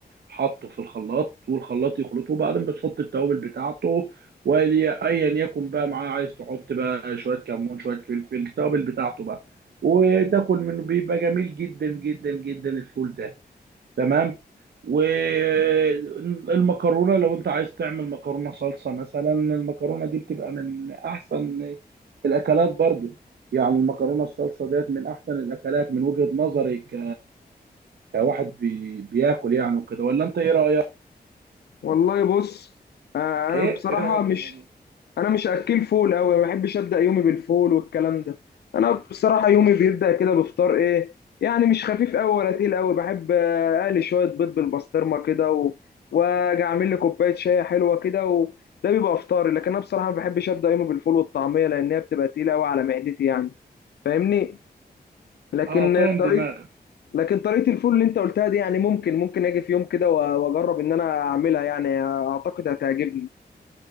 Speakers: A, on the right; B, on the left.
A: حطه في الخلاط والخلاط يخلطه وبعدين بتحط التوابل بتاعته واللي ايا يكن بقى معاه عايز تحط بقى شويه كمون شويه فلفل التوابل بتاعته بقى وتاكل منه بيبقى جميل جدا جدا جدا الفول ده تمام والمكرونه لو انت عايز تعمل مكرونه صلصه مثلا المكرونه دي بتبقى من احسن الاكلات برضو يعني المكرونه الصلصه ديت من احسن الاكلات من وجهة نظري ك... كواحد بي... بياكل يعني وكده ولا انت ايه رايك
B: والله بص آه، انا
A: ايه
B: بصراحه
A: ايه رايك
B: مش
A: في الموضوع
B: انا مش اكل فول قوي ما بحبش ابدا يومي بالفول والكلام ده انا بصراحه يومي بيبدا كده بفطار ايه يعني مش خفيف قوي ولا تقيل قوي بحب آه، اقلي شويه بيض بالبسطرمه كده و... واجي اعمل لي كوبايه شاي حلوه كده وده بيبقى افطاري لكن انا بصراحه ما بحبش ابدا يومي بالفول والطعميه لان هي بتبقى تقيله قوي على معدتي يعني فاهمني لكن
A: اه فاهم
B: طريقه
A: دماغك
B: لكن طريقة الفول اللي انت قلتها دي يعني ممكن ممكن اجي في يوم كده و- واجرب ان انا اعملها يعني اعتقد هتعجبني